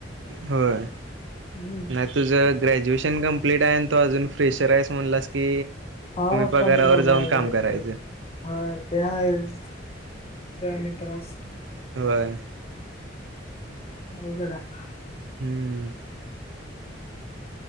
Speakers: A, on the right (about 85°); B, on the left (about 35°).
A: होय
B: हम्म.
A: नाय तुझ तुझ ग्रॅज्युएशन कंप्लीट आहे आणि तू अजून फ्रेशर आहेस. म्हणलास की
B: हा
A: पगारावर
B: कमी पगार
A: जाऊन काम
B: भेटते
A: करायचं
B: ते हायच तो आणि त्रास
A: होय.
B: अवघड हाय
A: हूं